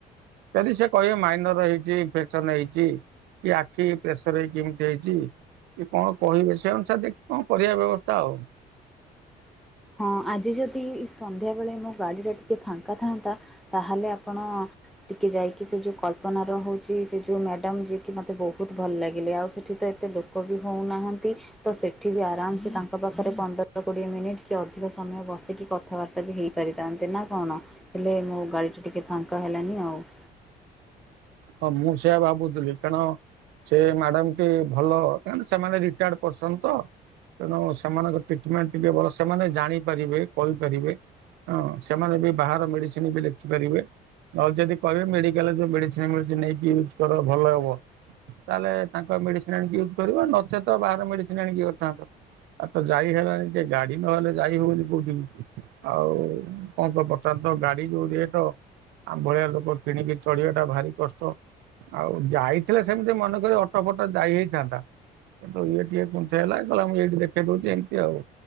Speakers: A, on the right; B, in the centre.
A: ଯଦି ସେ କହିବେ ମାଇନର ହେଇଛି ଇନଫେକ୍ସନ ହେଇଛି। କି ଆଖି ପ୍ରେସର ହେଇକି ଏମିତି ହେଇଛି। କି କଣ କହିବେ ସେ ଅନୁସାରେ ଦେଖି କଣ କରିବା ବ୍ୟବସ୍ଥା ଆଉ
B: <inaudible> ହଁ ଆଜି ଯଦି ଏସନ୍ଧ୍ୟାବେଳେ ମୋ ଗାଡ଼ିର ଟିକେ ଫାଙ୍କା ଥାଆନ୍ତା ତାହେଲେ ଆପଣ ଟିକେ ଯାଇକି ସେ ଯୋଉ କଳ୍ପନା ର ହଉଛି ସେ ଯୋଉ ମ୍ୟାଡାମ ଯିଏକି ମତେ ବହୁତ ଭଲ ଲାଗିଲେ ଆଉ ସେଠି ତ ଏତେ ଲୋକ ବି ହେଉନାହାନ୍ତି ତ ସେଠି ବି ଆରାମସେ ତାଙ୍କ ପାଖରେ ପନ୍ଦର କୋଡ଼ିଏ ମିନିଟ୍ କି ଅଧିକ ସମୟ ବସିକି କଥାବାର୍ତ୍ତା ବି ହେଇପାରିଥାନ୍ତେ ନା କଣ ହେଲେ ମୋ ଗାଡ଼ି ଟିକିଏ ଫାଙ୍କା ହେଲାନି ଆଉ <inaudible>
A: ହଁ ମୁଁ ସେୟା ଭାବୁଥିଲି ଟାଣ ସେ ମ୍ୟାଡାମଟି ଭଲ କାରଣସେମାନେ ରିଟାର୍ଡ ପସନ ତ ତେଣୁ ସେମାନଙ୍କ ଟିଟ୍ ମେଣ୍ଟ ଟିକେ ଭଲ ସେମାନେ ଜାଣିପାରିବେ କହିପାରିବେ। ହଁ ସେମାନେ ବି ବାହାର ମେଡିସିନ ବି ଲେଖିପାରିବେ ନହେଲେ ଯଦି କହିବେ ମେଡିକାଲ ମେଡି ନେଇକି ୟଜ୍ କର ଭଲ ହବ। ତାହେଲେ ତାଙ୍କ ମେଡିସିନ ଆଣିକି ୟୁଜ୍ କରିବ ନଚେତ ବାହାର ମେଡିସିନ ଆଣିକି କରିଥାନ୍ତ। ଆ ତ ଯାଇ ହେଲାଣିି ଟିକେ ଗାଡି ନହେଲେ ଯାଇ ହଉନି କୋଉଠିକି ଆଉ କଣ କ ତ ଗାଡି ଯୋଉ ରେଟ ଆମ ଭଳିଆ ଲୋକ କିଣିକି ଚଳିବା ଭାରି କଷ୍ଟ ଆଉ ଯାଇଥିଲେ ସେମିତି ମନେକ ଅଟୋ ଫଟ ଯାଇ ହେଇଥାନ୍ତା। କିନ୍ତୁ ଇଏ ଟିକେ କୁଥ ହେଲା କହିଲ ମୁଁ ଏଇଠି ଦେଖେଇ ଦଉଛି ଏମିତି ଆଉ।